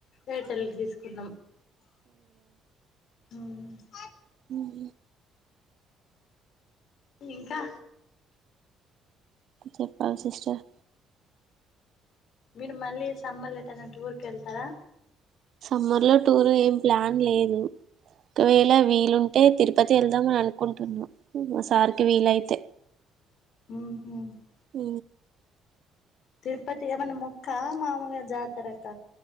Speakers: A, on the left; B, on the right.
A: ఎయిర్టెల్ కు తీసుకున్నం హ
B: ఉహు
A: ఇంకా
B: చెప్పాలి సిస్టర్
A: మీరు మళ్ళీ సంమ్మల్ ఎటైనా టూరుకెల్తరా
B: సమ్మర్ లో టూర్ ఏం ప్లాన్ లేదు ఒకవేళ వీలుంటే తిరుపతి వెళ్దాం అని అనుకుంటున్నాం మా సారికి వీలైతే
A: హ
B: అ
A: తిరుపతి ఏమన ముొక్కా మామగా జాతరక్క